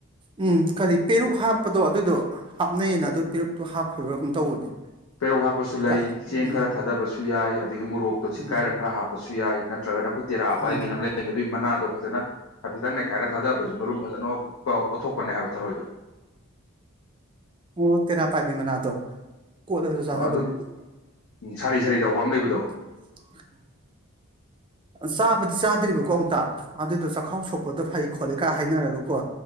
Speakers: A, on the right; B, on the left.
A: ꯎꯝ ꯀꯔꯤ ꯄꯦꯔꯨꯛ ꯍꯥꯞꯄꯗꯣ ꯑꯗꯨꯏꯗꯣ ꯍꯥꯞꯅꯩꯌꯦꯅ ꯑꯗꯨ ꯄꯦꯔꯛꯇꯣ ꯍꯥꯞꯈꯤꯕ꯭ꯔꯥꯒꯨꯝ ꯇꯧꯕꯅꯦ
B: ꯄꯦꯔꯣꯛ ꯍꯥꯞꯄꯁꯨ
A: ꯀꯀꯥ
B: ꯂꯩ ꯆꯦꯡ
A: ꯎꯝ
B: ꯈꯔ ꯊꯥꯗꯕꯁꯨ ꯌꯥꯏ ꯑꯗꯒꯤ ꯃꯣꯔꯣꯛꯇꯣ ꯁꯤꯀꯥꯏꯔ
A: ꯎꯝ
B: ꯈꯔ ꯍꯥꯞꯄꯁꯨ ꯌꯥꯏ ꯅꯠꯇ꯭ꯔꯒ ꯑꯩꯈꯣꯏ ꯇꯦꯔꯥ ꯑꯥꯏꯕꯤ
A: ꯎꯝ
B: ꯑꯃ ꯂꯩ ꯑꯗꯨꯏ ꯃꯅꯥꯗꯣ ꯐꯖꯅ ꯍꯥꯏꯐꯦꯠꯇꯪ ꯅꯩꯈꯥꯏꯔ ꯊꯥꯗꯕꯗꯁꯨ ꯃꯔꯨꯝ ꯐꯖꯅ ꯀꯑꯣꯠꯊꯣꯛꯄꯅꯦ ꯍꯥꯏꯕ ꯊꯔꯣꯏꯗꯣ <inaudible>
A: ꯑꯣ ꯇꯦꯔꯥ ꯄꯥꯏꯕꯤ ꯃꯅꯥꯗꯣ ꯀꯣꯠꯂꯒꯁꯨ ꯆꯥꯅꯕꯅꯦ
B: ꯍꯣ ꯑꯗꯨ ꯎ ꯁꯥꯔꯤ ꯁꯥꯔꯤ ꯇꯧꯕ ꯑꯃ ꯂꯩꯕꯗ ꯗꯣ
A: <inaudible> ꯆꯥꯕꯗꯤ ꯆꯥꯗ꯭ꯔꯤꯕꯀꯣ ꯑꯃꯨꯛꯇ ꯑꯗꯨꯗꯣ ꯆꯥꯛꯈꯥꯎ ꯁꯣꯛꯄꯗ ꯐꯩ ꯈꯣꯠꯂꯤ ꯀꯥꯏ ꯍꯥꯏꯅꯔꯒꯀꯣ